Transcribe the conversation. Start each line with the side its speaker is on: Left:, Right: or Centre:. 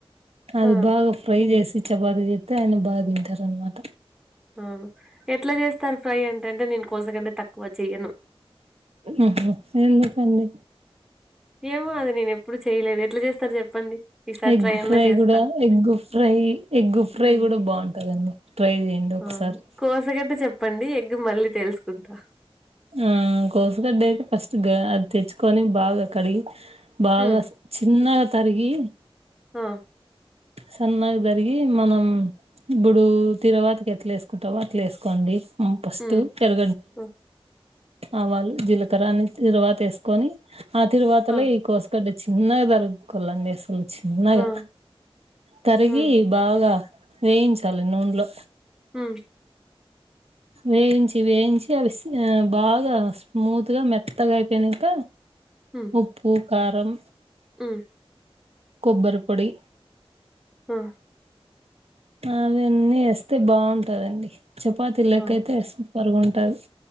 Right: అది
Centre: ఆ
Right: బాగా ఫ్రై జేసిచ్ చపాతి చేత్తె ఆయన బా తింటరనమాట
Centre: ఆ ఎట్ల చేస్తరు ఫ్రై అంటంటే నేను కోసగడ్డ తక్కువ చెయ్యను
Right: ఉమ్ హ్ ఎందుకండి
Centre: ఏమో అండి నేనెప్పుడు చేయలేదు ఎట్ల చేస్తరు చెప్పండి ఈసారి
Right: ఎగ్
Centre: ట్రై అన్నా
Right: ఫ్రై
Centre: చేస్తా
Right: గూడ ఎగ్ ఫ్రై ఎగ్ ఫ్రై
Centre: ఉమ్
Right: కూడ బావుంటదండి ట్రై చేయండి ఒకసారి
Centre: ఆ కోసగడ్డ చెప్పండి ఎగ్గు మళ్ళీ తెలుసుకుంటా
Right: ఆ కోసుగడ్డ అయితే ఫస్ట్ గా అది తెచ్చుకొని బాగా కడిగి బాగా
Centre: ఉమ్
Right: చిన్నగ తరిగి
Centre: ఆ
Right: సన్నగ దరిగి మనం ఇప్పుడూ తిరవాతికి ఎట్ల ఏసుకుంటమో అట్ల ఏసుకోండి అ ఫస్ట్
Centre: ఉమ్
Right: తెర,
Centre: ఆ
Right: ఆవాలు, జీలక కరాన్ని తిరువాత ఏసుకొని ఆ తిరువాతల
Centre: ఆ
Right: ఈ కోసగడ్డ చిన్నగ తరుక్కోలండి అసలు చిన్నగ
Centre: ఆ
Right: తరిగి
Centre: ఉమ్
Right: బాగ వేయించాలి నూనెలో
Centre: హ్మ్
Right: వేయించి వేయించి అవి స్ బాగ స్మూత్గ మెత్తగా అయిపోయినింక
Centre: హ్మ్
Right: ఉప్పు, కారం
Centre: ఉమ్
Right: కొబ్బరి పొడి
Centre: ఆ
Right: అవన్నీ ఏస్తే బాగుంటదండి చపాతీలెక్కయితే
Centre: ఆ
Right: సూపర్గ ఉంటది